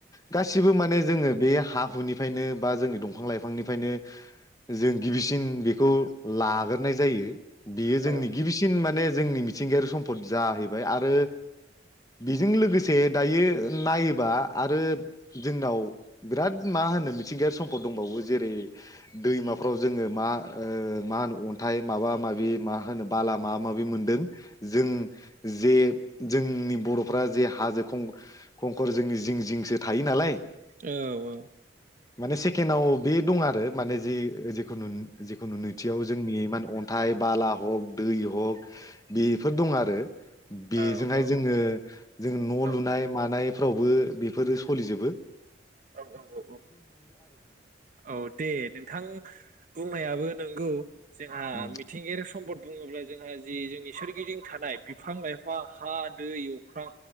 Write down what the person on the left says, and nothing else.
गासिबो माने जोङो बे हा हुनिफ्रायनो बा जोंनि दंफां लाइफांनिफ्रायनो जों गिबिसिन बिखौ लाग्रोनाय जायो। बियो जोंनि
गिबिसिन माने जोंनि मि थिंगायारि सम्फद जाहैबाय आरो बिजों लोगोसे दायो ओ- नायोबा आरो जोंनाव बिराद मा होनो मिथिंगायारि सम्फद दंबावो जेरै दैमाफ्राव जोङो मा ओ- मा नो अन्थाइ माबा माबि मा होनो बाला मा माबि मोनदों जों जे जोंनि बर'फोरा जे हाजो खं खंखर जोंनि जिं जिंसो थायो नालाय
माने सेकेणाव बे दं आरो माने जे जिखुनु जिखुनु नैथियाव जोंनि माने अन्थाइ बाला हक दै हग बेफोर दं आरो। बेजोंहाय
जोङो जों न'
लुनाय मानाय फोरावबो बेफोरो सलिजोबो।
उम